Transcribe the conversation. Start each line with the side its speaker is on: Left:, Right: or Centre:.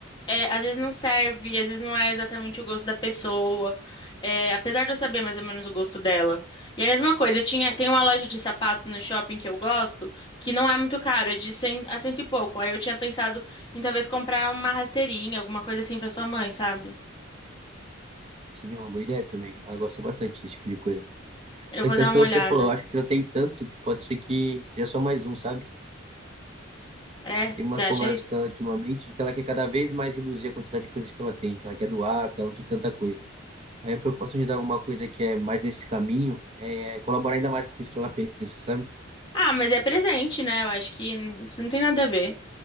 Left: é, às vezes não serve, às vezes não é exatamente o gosto da pessoa, é, apesar de eu saber mais ou menos o gosto dela. E a mesma coisa, eu tinha, tem uma loja de sapatos no shopping que eu gosto, que não é muito caro, é de 100 a cento e pouco. Aí eu tinha pensado em talvez comprar uma rasteirinha, alguma coisa assim pra sua mãe, sabe?
Right: Sim, é uma boa ideia também. Ela gosta bastante desse tipo de coisa.
Left: Eu
Right: Só
Left: vou
Right: que
Left: dar
Right: é o que
Left: uma
Right: você
Left: olhada.
Right: falou, eu acho que eu tem tanto que pode ser que seja só mais um, sabe?
Left: É,
Right: Tem umas
Left: você acha
Right: conversas
Left: isso?
Right: com ela ultimamente de que ela quer cada vez mais reduzir a quantidade de coisas que ela tem, que ela quer doar, que ela não tem tanta coisa. Aí a preocupação de dar alguma coisa que é mais nesse caminho é colaborar ainda mais com isso que ela pensa, sabe?
Left: Ah, mas é presente, né? Eu acho que n- isso não tem nada a ver. E-